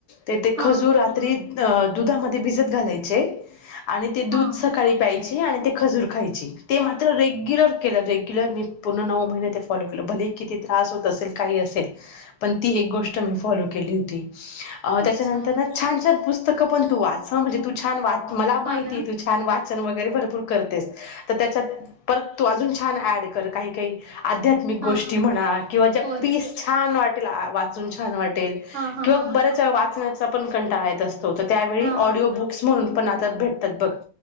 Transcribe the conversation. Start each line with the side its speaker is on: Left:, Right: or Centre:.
Left: त ते
Right: हां
Left: खजूर रात्री अ दुधामध्ये भिजत घालायचे आणि ते
Right: हां
Left: दूध सकाळी प्यायची आणि ते खजूर खायची, ते मात्र रेग्युलर केेल, रेग्युलर मी पूर्ण नऊ महिने ते फॉलो केल, भले किती त्रास होत असेल. काही असेल. पण ती एक गोष्ट मी फॉलो केली होती, अ त्याच्यानंतर
Right: अच्छा
Left: ना छान-छान पुस्तकं पण तू वाच हां म्हणजे तू छान वाच मला माहितिये,
Right: हां ना
Left: तू छान वाचन वगैरे भरपूर करतेस. तर त्याच्यात परत तू अजून छान ऍड कर काही-काही आध्या त्मिक
Right: हां
Left: गोष्टी म्हणा किंवा ज्या
Right: हो
Left: पीस
Right: ना
Left: छान वाटेल आ वाचून छान वाटेल
Right: हां हां
Left: किंवा
Right: हां
Left: बऱ्याचं वेळा वाचण्याचा पण कंटाळा येत असतो, तं त्यावेळी
Right: हां
Left: ऑडिओ बुक्स म्हणून आता भेटातात बघ,